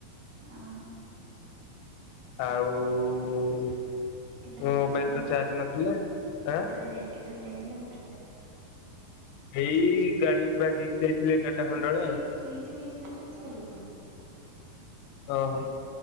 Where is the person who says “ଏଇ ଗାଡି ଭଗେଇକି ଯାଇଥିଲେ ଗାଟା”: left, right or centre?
Left